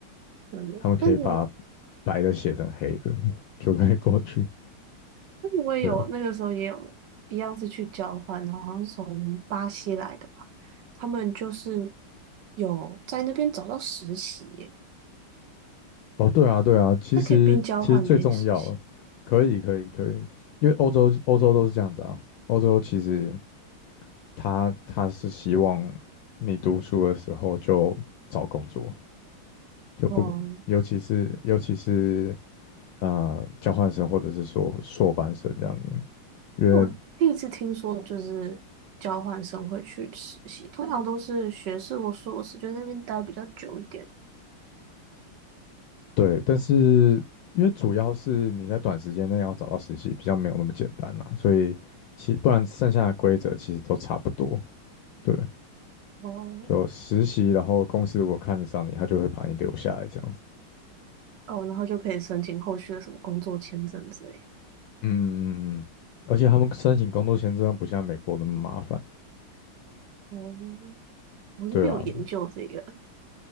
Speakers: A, on the right (about 60°); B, on the left (about 75°).
A: 对，
B: 他们可以把
A: 但是
B: 白的写成黑的，<laughs> 就可以过去。
A: 我也有那个时候也有一样是去交换，
B: 对，
A: 然后好像是从巴西来的吧，他们就是有在那边找到实习耶，
B: 哦，对啊，对啊，其实其实最重要，
A: 他可以边交换边实习。
B: 可以可以可以，因为欧洲欧洲都是这样子啊，欧洲其实他他是希望你读书的时候就找工作，就不，
A: 嗯，
B: 尤其是尤其是呃交换生或者是说硕班生这样子，因为
A: 我第一次听说就是交换生会去实习，通常都是学士或硕士，就在那边待比较久一点，
B: 对，但是因为主要是你在短时间内要找到实习比较没有那么简单嘛，所以其不然剩下的规则其实都差不多，对，
A: 哦
B: 就实习，然后公司如果看得上你，他就会把你留下来这样子，
A: 哦，然后就可以申请后续的什么工作签证之类的。
B: 嗯嗯嗯嗯，而且他们申请工作签证不像美国那么麻烦。
A: 哦，我这边有研究这个，
B: 对啊，